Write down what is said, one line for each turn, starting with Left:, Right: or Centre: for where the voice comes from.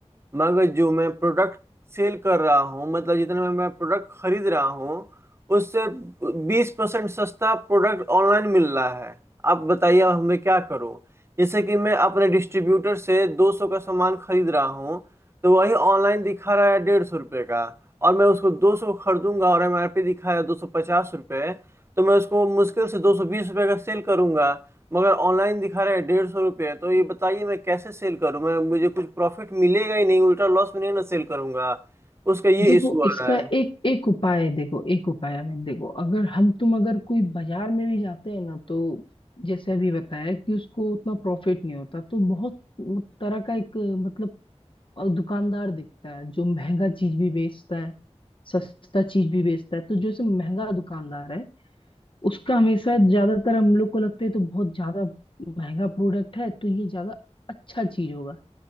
Right: मगर जो मैं प्रोडक्ट सेल कर रहा हूँ मतलब जितने में मैं प्रोडक्ट खरीद रहा हूँ उससे बीस परसेंट सस्ता प्रोडक्ट ऑनलाइन मिल रहा है आप बताइए अब मैं क्या करूँ जैसे कि मैं अपने डिस्ट्रीब्यूटर से दो सौ का सामान खरीद रहा हूँ तो वही ऑनलाइन दिखा रहा है डेढ़ सौ रुपये का और मैं उसको दो सौ खरीदूंगा और एमआरपी दिखाया दो सौ पचास रुपये तो मैं उसको मुश्किल से दो सौ बीस रुपये का सेल करूंगा मगर ऑनलाइन दिखा रहे हैं डेढ़ सौ रुपये तो ये बताइए मैं कैसे सेल करूं मैं मुझे कुछ प्रॉफिट मिलेगा ही नहीं उल्टा लॉस में नहीं ना सेल करूंगा उसका ये
Left: देखो
Right: इशू आ
Left: इसका
Right: रहा है
Left: एक एक उपाय है देखो एक उपाय है मैं देखो अगर हम तुम अगर कोई बाजार में भी जाते हैं ना तो जैसे अभी बताया कि उसको उतना प्रॉफिट नहीं होता तो बहुत तरह का एक मतलब दुकानदार दिखता है जो महंगा चीज भी बेचता है सस्ता चीज भी बेचता है तो जो जैसे महंगा दुकानदार है उसका हमेशा ज्यादातर हम लोग को लगता है तो बहुत ज्यादा महंगा प्रोडक्ट है तो ये ज्यादा अच्छा चीज होगा